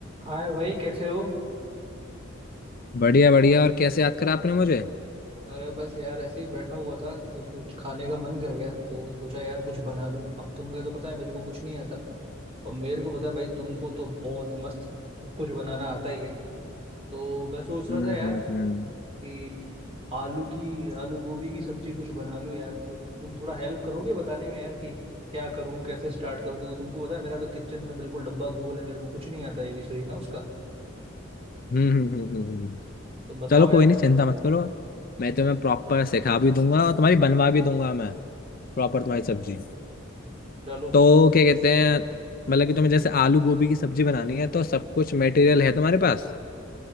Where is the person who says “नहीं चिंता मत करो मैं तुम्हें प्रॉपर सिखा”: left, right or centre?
Left